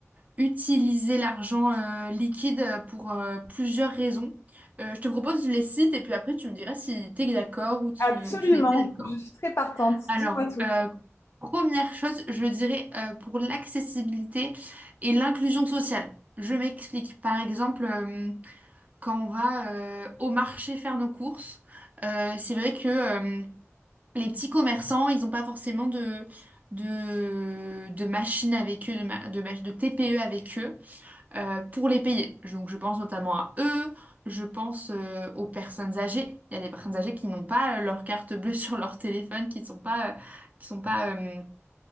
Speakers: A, on the right; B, on the left.
A: utiliser l'argent euh, liquide pour euh, plusieurs raisons. Euh, je te propose, je les cite et puis après tu me diras si tu es d'accord ou tu,
B: Absolument,
A: ou tu n'es pas d'accord.
B: je suis très partante.
A: Alors,
B: Dis-moi tout.
A: euh, première chose, je dirais euh, pour l'accessibilité et l'inclusion sociale. Je m'explique. Par exemple, euh, quand on va euh, au marché faire nos courses, euh, c'est vrai que euh, les petits commerçants, ils n'ont pas forcément de, de, de machines avec eux, de, ma- de, mach- de TPE avec eux euh, pour les payer. Donc je pense notamment à eux, je pense euh, aux personnes âgées. Il y a des personnes âgées qui n'ont pas euh, leur carte bleue <laughs> sur leur téléphone, qui ne sont pas, euh, qui sont pas euh,